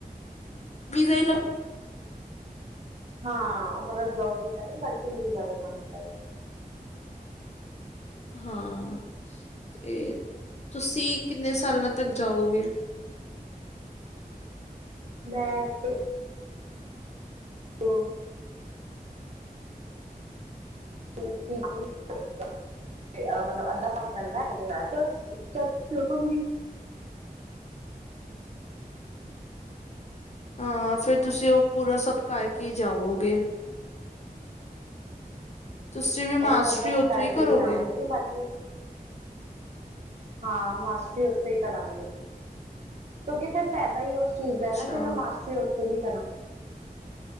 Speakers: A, on the left; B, on the right.
A: ਵਿਜ਼ਾ ਹੀ ਲਗ
B: ਹਾਂ ਮਤਲਬ ਜੋਬ ਵੀਜਾ ਨੀ ਵਰਕਿੰਗ ਵੀਜਾ ਲਗਵਾਉਣਾ ਪਏਗਾ।
A: ਹਾਂ ਤੇ ਤੁਸੀ ਕਿਨੇ ਸਾਲਾਂ ਤਕ ਜਾਓਗੇ।
B: ਮੈਂ ਤੇ ਓ <inaudible> ਮਤਲਬ ਅੱਦਾ <unintelligible> ਰੈਂਦਾ ਏ ਹਜੇ, ਬਸ ਕਰ ਕਰਦੂੰਗੀ।
A: ਹਾਂ ਫਿਰ ਤੁਸੀ ਓ ਪੂਰਾ ਸਬ ਕਰਕੇ ਈ ਜਾਵੋਗੇ। ਤੁਸੀਂ ਵੀ
B: ਓ
A: ਮਾਸਟਰੀ
B: ਸਬ ਬਸ
A: ਉੱਥੋਂ
B: ਕਰਕੇ
A: ਹੀ ਕਰੋਗੇ
B: ਈ ਜਾਵਾਂਗੀ ਬਾਕੀ ਹਾਂ ਮਾਸਟਰੀ ਓਥੋਂ ਈ ਕਰਾਂਗੇ, ਕਿਉਂਕਿ ਫਿਰ ਫੈਦਾ ਈ ਓਸ ਚੀਜ਼
A: ਅੱਛਾ
B: ਦਾ ਐ ਨਾ ਜੇ ਮੈਂ ਮਾਸਟਰੀ ਓਥੇ ਦੀ ਕਰਾਂ।